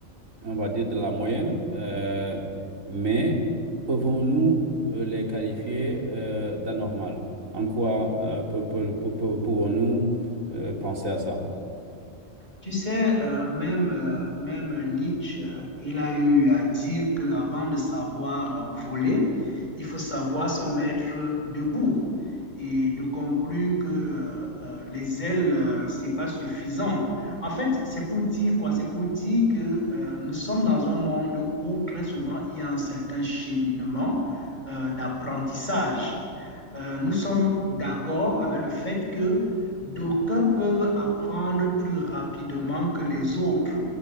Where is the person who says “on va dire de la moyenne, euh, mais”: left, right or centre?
Right